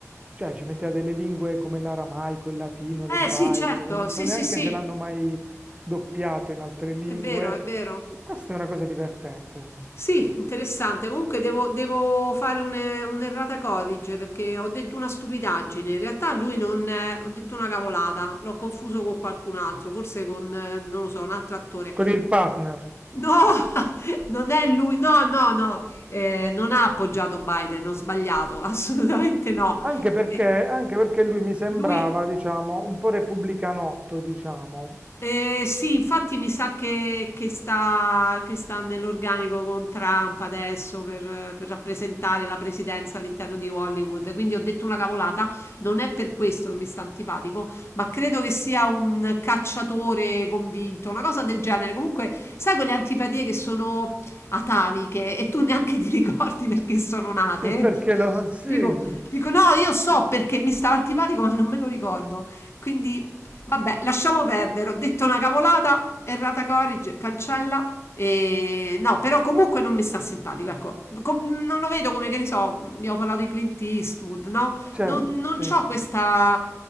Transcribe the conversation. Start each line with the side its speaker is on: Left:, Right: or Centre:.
Right: cioè ci metteva delle lingue come l'aramaico, il latino, l'ebraico,
Left: Eh sì, certo,
Right: non
Left: sì,
Right: so neanche
Left: sì, sì,
Right: se l'hanno mai doppiato in altre lingue.
Left: è vero, è vero.
Right: E questa è una cosa divertente.
Left: Sì, interessante. Comunque devo, devo fare un, un'errata corrige perché ho detto una stupidaggine. In realtà lui non è, ho detto una cavolata, l'ho confuso con qualcun altro, forse con, eh, non lo so, un altro attore.
Right: Con il partner.
Left: No, <laughs> non è lui, no, no, no, eh, non ha appoggiato Biden, ho sbagliato, <laughs> assolutamente no.
Right: Anche perché,
Left: Eh,
Right: anche perché lui mi sembrava,
Left: Lui
Right: diciamo, un po' repubblicanotto, diciamo.
Left: Eh, sì, infatti mi sa che, che sta, che sta nell'organico con Trump adesso per, per rappresentare la presidenza all'interno di Hollywood. Quindi ho detto una cavolata, non è per questo che mi sta antipatico, ma credo che sia un cacciatore convinto, una cosa del genere. Comunque, sai quelle antipatie che sono ataviche e tu neanche ti ricordi perché sono nate?
Right: Sì, perché lo... Sì,
Left: Tipo,
Right: <laughs>
Left: dico no, io so perché mi stava antipatico, ma non me lo ricordo. Quindi Vabbè, lasciamo perdere, ho detto una cavolata, errata corrige, cancella. E... No, però comunque non mi sta simpatico, ecco, Com- non lo vedo come che ne so, abbiamo parlato di Clint Eastwood, no?
Right: certo,
Left: Non, non
Right: sì.
Left: ho questa